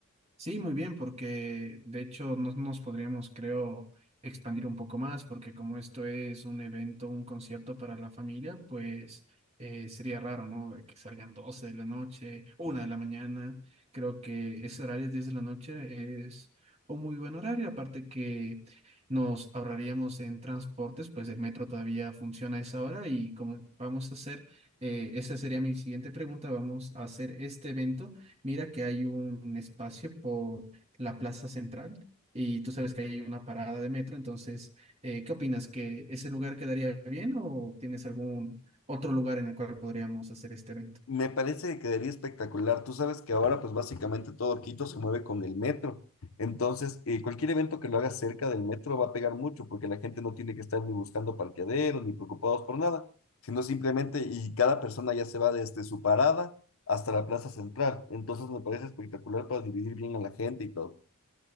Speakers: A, on the right (about 30°); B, on the left (about 70°).
A: Sí, muy bien, porque de hecho nos, nos podríamos, creo, expandir un poco más, porque como esto es un evento, un concierto para la familia, pues eh, sería raro, ¿no? De Que salgan 12 de la noche, una de la mañana. Creo que ese horario 10 de la noche es un muy buen horario, aparte que nos ahorraríamos en transportes, pues el metro todavía funciona a esa hora y como vamos a hacer, eh, esa sería mi siguiente pregunta, vamos a hacer este evento mira que hay un espacio por la plaza central y tú sabes que ahí hay una parada de metro, entonces, eh, ¿qué opinas? ¿Que ese lugar quedaría bien o tienes algún otro lugar en el cual podríamos hacer este evento?
B: Me parece que quedaría espectacular. Tú sabes que ahora pues básicamente todo Quito se mueve con el metro. Entonces, eh, cualquier evento que lo hagas cerca del metro va a pegar mucho porque la gente no tiene que estar ni buscando parqueaderos ni preocupados por nada, sino simplemente y cada persona ya se va desde su parada hasta la plaza central. Entonces, me parece espectacular para dividir bien a la gente y todo.